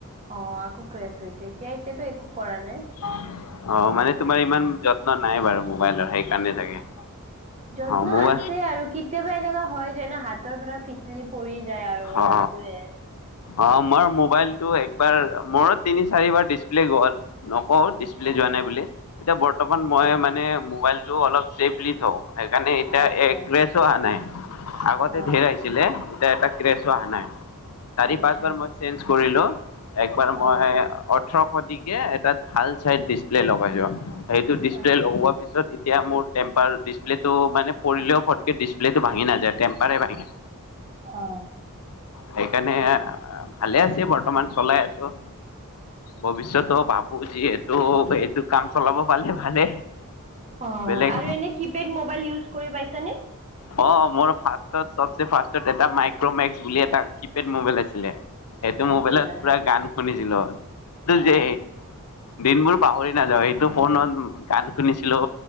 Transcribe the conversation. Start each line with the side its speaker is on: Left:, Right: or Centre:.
Right: অ', আকৌ ক্ৰেছ হৈছে এতিয়া এতিয়াটো একো কৰা নাই।
Left: অ', মানে তোমাৰ ইমান যত ন' নাই বাৰু মোবাইলৰ সেইকাৰণেই চাগে।
Right: যত্ন
Left: অ মোবাইল
Right: আছে আৰু কেতিয়াবা এনেকুৱা হয় যে ন' হাত তৰ পৰা ফিচলি পৰি যায় আৰু
Left: অ
Right: সেইটোৱে।
Left: অ', মোৰ মোবাইলটো একবাৰ মোৰো তিনি চাৰিবাৰ ডিচপ্লে গ'ল। নকওঁ
Right: আচ্ছা
Left: ডিচপ্লে যোৱা নাই বুলি। এতিয়া বৰ্তমান মই মানে মোবাইলটো অলপ ছেফলি থওঁ। সেইকাৰণে এতিয়া
Right: আচ্ছা
Left: এ ক্ৰেছো অহা নাই, আগতে
Right: অ
Left: ধেৰ আহি এতিয়া এটা ক্ৰেছো অহা নাই। চাৰি
Right: আচ্ছা
Left: পাঁচ বাৰ মই চেঞ্জ কৰিলো। একবাৰ মই
Right: অ
Left: ওঠৰশদিকে এটা ভাল চাইজ ডিচপ্লে লগাই লোৱা। সেইটো ডিছপ্লে
Right: আচ্ছা
Left: লগোৱাৰ পিছত এতিয়া মোৰ টেম্পাৰ ডিছপ্লেটো মানে পৰিলে পটকৈ ডিছপ্লেটো ভাঙি নাযায় টেম্পাৰে ভাঙে।
Right: অ
Left: সেইকাৰণে ভালে আছে বৰ্তমান চলাই আছো, ভৱিষ্যত ভাবো যি এইটো-এইটো কাম চলাব পালে ভালে।
Right: অ'
Left: বেলেগ
Right: আৰু এনে কিপেড মবাইল ইজ কৰি পাইছানে?
Left: অ মোৰ ফাৰ্ষ্টত ফাৰ্ষ্টত এটা মাইক্ৰমেক্স বুলি এটা কি'পেড মোবাইল আছিলে। সেইটো মোবাইলত
Right: আচ্ছা
Left: পুৰা গান শুনিছিলো, সেইটো
Right: অ
Left: যে দিনবোৰ পাহৰি নাযাওঁ, এইটো ফোনত গান শুনিছিলো,